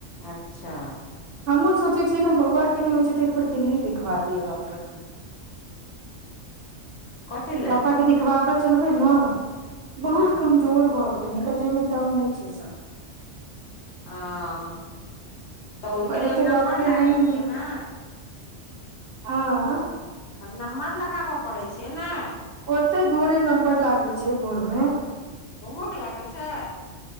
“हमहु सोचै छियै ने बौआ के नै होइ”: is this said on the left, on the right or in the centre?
Right